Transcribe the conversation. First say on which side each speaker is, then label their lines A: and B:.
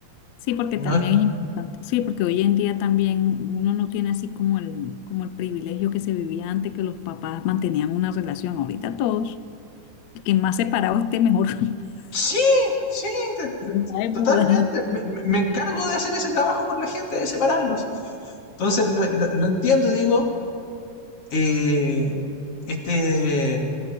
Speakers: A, on the left; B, on the left.
A: sí, porque
B: No
A: también es importante. Sí, porque hoy en día también uno no tiene así como el, como el privilegio que se vivía antes, que los papás mantenían una relación. Ahorita todos. que más separado esté mejor. <laughs>
B: Sí, sí, t- t-
A: Está de
B: totalmente.
A: moda.
B: Me, me- me encargo de hacer ese trabajo por la gente, de separarlos. Entonces lo, lo- lo entiendo, digo, eh, este